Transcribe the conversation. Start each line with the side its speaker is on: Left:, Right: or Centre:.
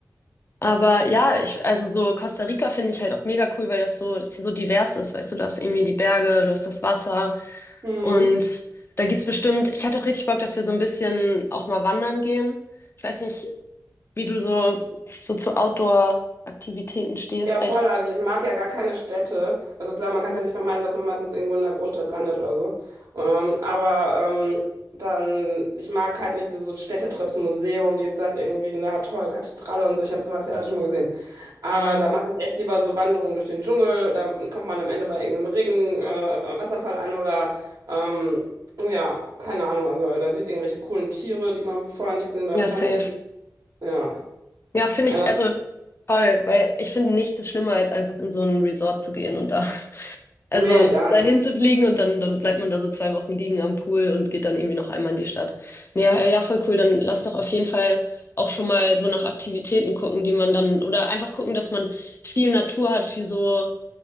Left: aber ja, ich, also so Costa Rica finde ich halt auch mega cool, weil das so, das hier so divers ist, weißt du, du hast irgendwie die Berge, du hast das Wasser
Right: mhm.
Left: und da gibt's bestimmt, ich hatte auch richtig Bock, dass wir so ein bisschen auch mal wandern gehen. Ich weiß nicht, wie du so, so zu Outdoor-Aktivitäten stehst,
Right: Ja,
Left: weil
Right: voll.
Left: ich,
Right: Also ich mag ja gar keine Städte. Also klar, man kann
Left: ja,
Right: es ja nicht vermeiden, dass man meistens irgendwo in der Großstadt landet oder so. Ähm, aber ähm, dann, ich mag halt nicht diese Städtetrips, Museum, dies, das, irgendwie, na toll, Kathedrale und so. Ich habe sowas ja alles schon mal gesehen. Aber
Left: mm,
Right: da mache ich echt lieber so Wanderungen durch den Dschungel. Dann kommt man am Ende bei irgendeinem Regen, äh, Wasserfall an oder ähm, ja, keine Ahnung. Also da sieht irgendwelche coolen Tiere, die man vorher nicht gesehen hat,
Left: ja,
Right: oder Pflanzen.
Left: safe.
Right: Ja.
Left: Ja, finde
Right: Also,
Left: ich, also toll, weil ich finde nichts ist schlimmer, als einfach in so ein Resort zu gehen und da Also
Right: nee, gar
Left: dahin
Right: nicht.
Left: zu fliegen und dann, dann bleibt man da so zwei Wochen liegen am Pool und geht dann irgendwie noch einmal in die Stadt. Ja, ja, voll cool. Dann lass doch auf jeden Fall auch schon mal so nach Aktivitäten gucken, die man dann, oder einfach gucken, dass man viel Natur hat, viel so,